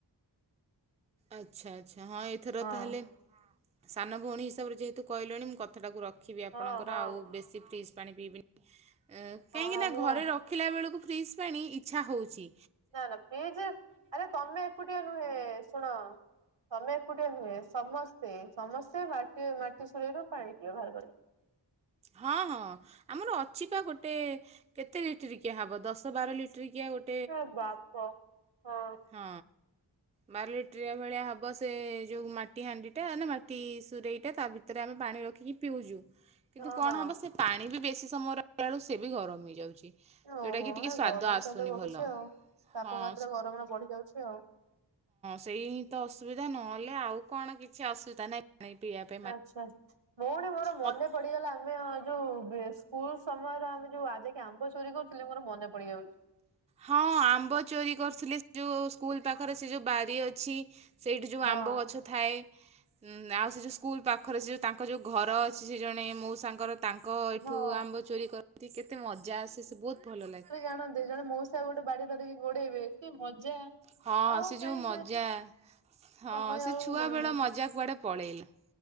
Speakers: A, on the right; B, on the right.
A: ଆଚ୍ଛା ଆଚ୍ଛା ହଁ ଏଇଥର
B: ହଁ
A: ତାହେଲେ ସାନ ଭଉଣୀ ହିସାବରେ ଯେହେତୁ କଇଲେଣି ମୁଁ କଥାଟାକୁ ରଖ ଖିବି ଆପଣଙ୍କର
B: ହଁ ହଁ
A: ଆଉ ବେଶୀ ଫ୍ରିଜ୍ ପାଣି ପିଇବି, ଏଁ କଇଁକି
B: ହଁ
A: ନା
B: ମୁଁ
A: ଘରେ ର ଖିଲା ବେଳକୁ ଫ୍ରିସ୍ ପାଣି, ଇଚ୍ଛା ହୋଉଚି
B: ନା ନା ଫ୍ରୀଜି, ଆରେ ତମେ ଏକୁଟିଆ ନୁହେଁ ଶୁଣ ତମେ ଏକୁଟିଆ ନୁହେଁ, ସମସ୍ତେ ସମସ୍ତେ ବାଟି ମାଟି ଶୁରେଇ ରୁ ପାଣି ପିଅ ଘରେ ଘରେ
A: ହଁ ହଁ ଆମର ଅଛି ପା ଗୋଟେ କେତେ ଲିଟରି କିିଆ ହବ ଦଶ ବାର ଲିଟ୍ରିକିିଆ ଗୋଟ
B: ହେ ବାପ, ହଁ
A: ହଁ ବାର ଲିଟ୍ରିଆ ଭଳିଆ ହେବ ସେ ଯୋଉ ମାଟି ହାଣ୍ଡିଟା ନା ମା ଟି ସୁରେଇଟା ତା ଭିତରେ ଆମେ ପାଣି ରଖିକି ପିଉଜୁ, କିନ୍ତୁ
B: ହଁ
A: କଣ
B: ହଁ
A: ହବ ସେ ପାଣି ବି ବେଶୀ ସମୟ ରହି ଲା ବେଳୁ ସେ ବି ଗରମ୍ ହେଇଯାଉଚି। ଯୋଉଟା
B: ଓହୋ
A: କି ଟିକେ
B: ଏ
A: ସ୍ଵାଦ
B: ଗରମ
A: ଆସୁନି
B: ତାହେଲେ ବଢୁଛି
A: ଭଲ।
B: ଆଉ ତାପମାତ୍ରା
A: ହଁ
B: ଗରମର ବଢି ଯାଉଛି ଆଉ।
A: ସେଇହିଁତ ଅସୁବିଧା ନହେଲେ ଆଉ କଣ କିଛି ଅସୁବଦା ନାଇଁ। <inaudible>
B: ଆଚ୍ଛା, ଭଉଣୀ ମୋର ମନେ
A: ମତେ
B: ପଡିଗଲା ଆମେ ଯୋଉ ବେ-ସ୍କୁଲ ସମୟରେ ଆମେ ଯୋଉ ଗାଧେଇକି ଆମ୍ବ ଚୋରି କରୁଥିଲେ ମୋର ମନେ ପଡିଯାଉଚି।
A: ହଁ ଆମ୍ବ ଚୋରି କରୁଥିଲେ-ଯୋଉ ସ୍କୁଲ ପାଖରେ ସେ ଯୋଉ ବାରି ଅଛି ସେଇଠି ଯୋଉ
B: ହଁ
A: ଆମ୍ବ ଗଛ ଥାଏ ଉଁ ଆଉ ସେ ଯୋଉ ସ୍କୁଲ ପାଖରେ ସେ ଯୋଉ ତାଙ୍କ ଯୋଉ ଘର ଅଛି ସେ ଜଣେ ମଉସାଙ୍କର ତାଙ୍କ ଏଠୁ
B: ହଁ।
A: ଆମ୍ବ ଚୋରି କର-ନ୍ତି କେତେ ମଜା ଆସେ ସେ ବହୁତ ଭଲ ଲାଗେ।
B: ଜାଣନ୍ତି ଜଣେ ମଉସା ଗୋଟେ ବାଡି ଧରିକି ଗୋଡେଇବେ କି ମଜା।
A: ହଁ
B: ଆଉ
A: ସେ ଯୋଉ
B: କାହିଁ
A: ମଜା, ହଁ
B: ସମୟ
A: ସେ
B: ଆଉ
A: ଛୁଆବେଳ
B: ମିଳୁନି।
A: ମଜା କୁଆଡ଼େ ପଳେଇଲା।